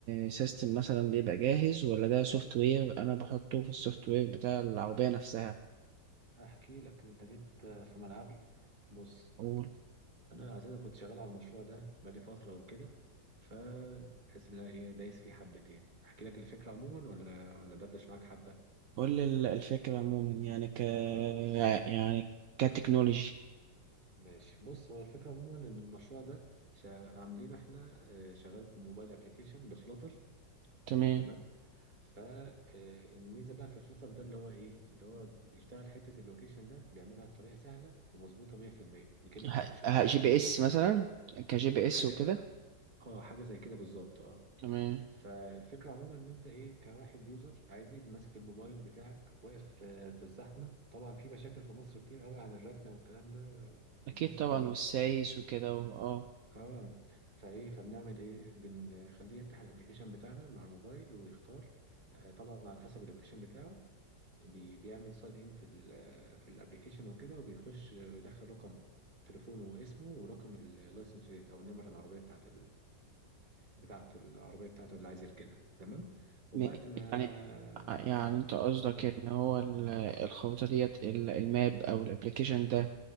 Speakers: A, on the right; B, on the right.
A: سيستم مثلا بيبقى جاهز ولا ده سوفت وير انا بحطه في السوفت وير بتاع العربية نفسها
B: هحكي لك انت جيت في ملعبي بص
A: قول
B: انا اساسا كنت شغال على المشروع ده بقالي فتره وكده فتحس ان انا ايه دايس فيه حبتين احكي لك الفكره عموما ولا ولا دردش معاك حبه
A: قول لي ال- الفكرة عموما يعني ك
B: خلاص
A: يعني كتكنولوجي
B: ماشي بص هو الفكره عموما ان المشروع ده شا... عاملينه احنا آه، شغال بموبايل ابلكيشن بفلوتر
A: تمام
B: تمام فالميزه بقى في فلتر ده اللي هو ايه اللي هو بيشتغل حته اللوكيشن ده بيعملها بطريقه سهله ومظبوطه 100% بيجيب لك
A: ه...
B: اللوكيشن
A: ه-
B: بتاعك
A: جي
B: بالظبط
A: بي اس مثلا كجي بي
B: حاجة
A: اس وكده
B: اه حاجة زي كده بالظبط اه
A: تمام
B: فالفكرة عموما ان انت ايه كواحد يوزر عادي ماسك الموبايل بتاعك واقف آه، في الزحمة طبعا في مشاكل في مصر كتير قوي عن الركنة والكلام ده
A: أكيد
B: الناس
A: طبعا
B: ما اقولكش
A: والسايس وكده و- اه
B: اه فايه فبنعمل ايه بنخليه يفتح الابليكيشن بتاعنا من على الموبايل ويختار آه، طبعا على حسب اللوكيشن بتاعه بي- بيعمل ساين ان في ال في الابليكيشن وكده وبيخش آه، بيدخل رقم تليفونه واسمه ورقم اللايسنس بليت او النمرة العربية بتاعت بتاعة العربية بتاعته اللي عايز يركنها تمام وبعد
A: م-
B: ما
A: يعني آه، يعني أنت قصدك
B: قول
A: إن هو ال- الخريطة ديت ال- الماب أو الأبليكيشن ده